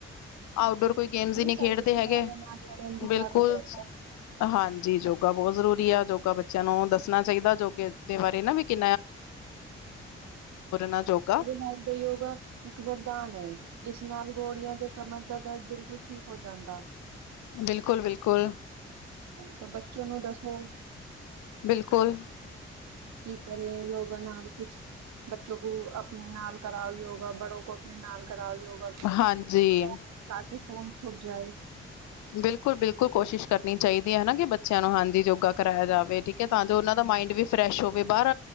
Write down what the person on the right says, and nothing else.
ਸਾਡੀ ਬਿਮਾਰੀਆਂ
ਨਾਲ ਲੜਨ ਦੀ
ਤਾਕਤ ਰੱਖਦਾ
ਨਾਲ ਯੋਗਾ ਇੱਕ ਵਰਦਾਨ ਐ। ਇਸ ਨਾਲ ਗੋੜੀਆਂ ਦੇ ਕਮਰ ਦਾ ਦਰਦ ਬਿਲਕੁਲ ਠੀਕ ਹੋ ਜਾਂਦਾ।
ਤਾਂ ਬੱਚੋ ਨੂੰ ਦੱਸੋ
ਕਿ ਕਰੇ ਯੋਗਾ ਨਾਲ ਕੁਛ ਬੱਚੋ ਅਪਣੇ ਨਾਲ ਕਰਾਉ ਯੋਗਾ ਬੜੋ ਕੋ ਆਪਣੇ ਨਾਲ ਕਰਾਉ ਯੋਗਾ ਵੀ
<unintelligible> ਤਾਂ ਕਿ ਫੋਨ ਛੁੱਟ ਜਾਏ।